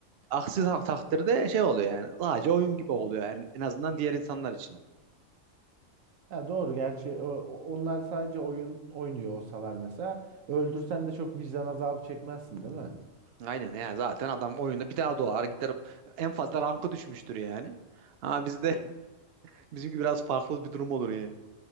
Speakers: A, on the right (about 60°); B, on the right (about 85°).
A: aksi tak- takdirde şey oluyor yani. Sadece oyun gibi oluyor yani en azından diğer insanlar için.
B: Ya doğru gerçi o- o- onlar sadece oyun oynuyor olsalar mesela öldürsen de çok vicdan azabı çekmezsin değil mi?
A: Aynen ya zaten adam oyunda bir daha doğar gider en fazla rankı düşmüştür yani. Ha bizde <laughs> bizimki biraz farklı bir durum olur yani.